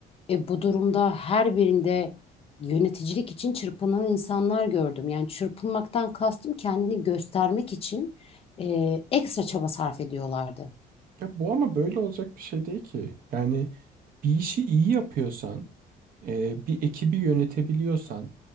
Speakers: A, on the left; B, on the right.
A: E, bu durumda her birinde yöneticilik için çırpınan insanlar gördüm. Yani çırpınmaktan kastım kendini göstermek için e, ekstra çaba sarf ediyorlardı.
B: Ya bu ama böyle olacak bir şey değil ki. Yani bir işi iyi yapıyorsan, e, bir ekibi yönetebiliyorsan,